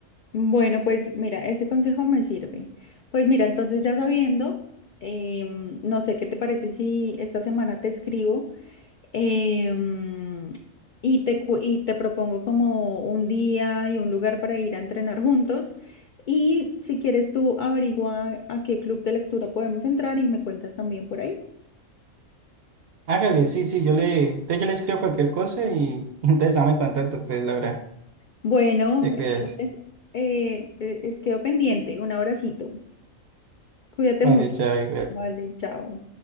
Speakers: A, on the left; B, on the right.
A: Bueno, pues mira, ese consejo me sirve. Pues mira, entonces ya sabiendo, em, no sé qué te parece si esta semana te escribo em, y te, cu- y te propongo como un día y un lugar para ir a entrenar juntos. Y si quieres tú averigua a qué club de lectura podemos entrar y me cuentas también por ahí.
B: Hágale, sí, sí, yo le, entonces yo le escribo cualquier cosa y <laughs> entonces estamos en contacto, pues, Laura,
A: Bueno,
B: te
A: entonces
B: cuidas.
A: eh, eh, es quedo pendiente. Un abracito. Cuídate
B: Vale,
A: mucho.
B: chao. y-
A: Vale, chao.